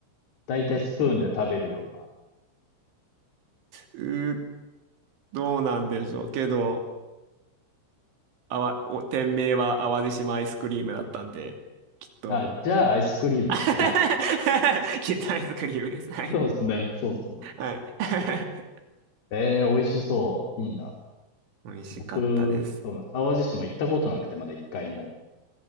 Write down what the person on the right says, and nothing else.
うー、どうなんでしょう。けど、あわ、お、店名は淡路島アイスクリームだったんで、きっと
<laughs> いや、アイスクリームです。
はい。
はい。<laughs>
美味しかったです。